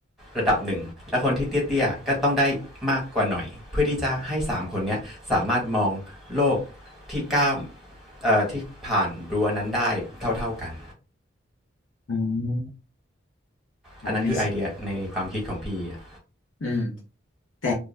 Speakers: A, in the centre; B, on the left (about 80°).
A: ระดับหนึ่งและคนที่เตี้ยๆก็ต้องได้มากกว่าหน่อยเพื่อที่จะให้3คนนี้สามารถมองโลกที่ก้าว่ที่ผ่านรั้วนั้นได้เท่าๆกัน
B: อ๋อโห
A: อันนั้นคือไอเดียในความคิดของพี่อะ
B: Amazing อืมแต่